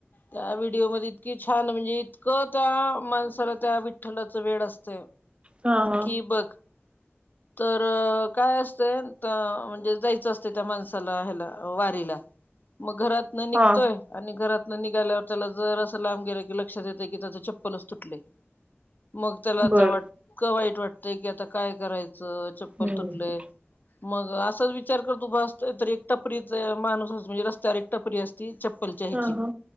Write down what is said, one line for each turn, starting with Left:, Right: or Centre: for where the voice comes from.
Left: त्या व्हिडीओमध्ये इतकी छान म्हणजे इतकं त्या माणसाला त्या विठ्ठलाचं वेड असत.
Right: हा हा
Left: की बग तर काय असते त म्हणजे जायचं असत त्या माणसाला ह्याला वारीला. मग घरात न निघतोय.
Right: हा
Left: आणि घरातन निघाल्यावर त्याला जरसं लांब गेलकी लक्षात येते की त्याच चप्पलच तुटलय. मग त्याला आता
Right: बर
Left: वाट वाईट वाटतय की आता काय करायचं चप्पल
Right: हम्म हम्म.
Left: तुटलंय. मग असाच विचार करत उभा असत तर एक टपरी माणूस अस म्हणजे रस्त्यावर एक टपरी असते ती चप्पलच्या ह्याची
Right: हा हा